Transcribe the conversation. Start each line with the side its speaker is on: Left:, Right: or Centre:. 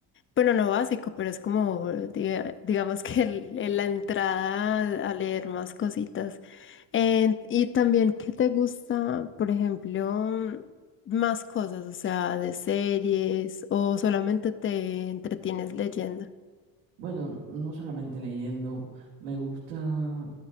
Left: Bueno, no básico, pero es como, diga- digamos que el- el- la entrada a leer más cositas. Eh, y también, ¿qué te gusta, por ejemplo, más cosas, o sea, de series o solamente te entretienes leyendo?
Right: Bueno, no solamente leyendo, me gusta